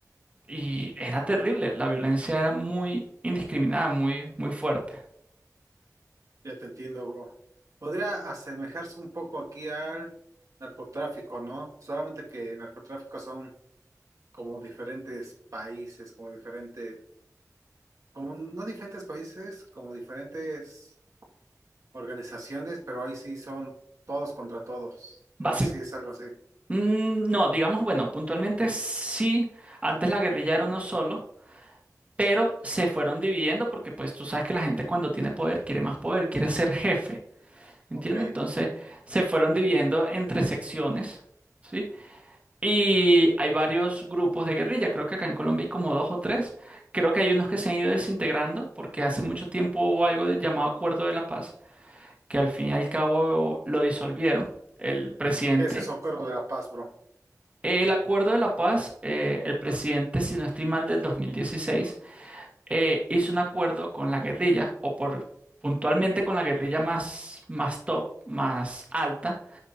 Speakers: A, on the right; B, on the right.
A: Y era terrible, la violencia era muy indiscriminada, muy, muy fuerte.
B: Ya te entiendo, bro. Podría asemejarse un poco aquí al narcotráfico, ¿no? Solamente que el narcotráfico son como diferentes países, como diferentes, como no diferentes países, como diferentes organizaciones, pero ahí sí son todos contra todos.
A: Basi-
B: No sé si es algo así.
A: Mm, no, digamos, bueno, puntualmente sí, antes la guerrilla era uno solo, pero se fueron dividiendo porque pues tú sabes que la gente cuando tiene poder quiere más poder, quiere ser jefe, ¿entiendes?
B: Ok. ¿Qué
A: Entonces se fueron dividiendo entre secciones, ¿sí? Y hay varios grupos de guerrilla, creo que acá en Colombia hay como dos o tres, creo que hay unos que se han ido desintegrando porque hace mucho tiempo hubo algo de- llamado Acuerdo de la Paz que al fin y al cabo lo disolvieron, el presidente.
B: es eso, Corro de la Paz, bro?
A: El acuerdo de la paz, eh, el presidente, si no estoy mal, del 2016, eh, hizo un acuerdo con la guerrilla, o por puntualmente con la guerrilla más, más top, más alta,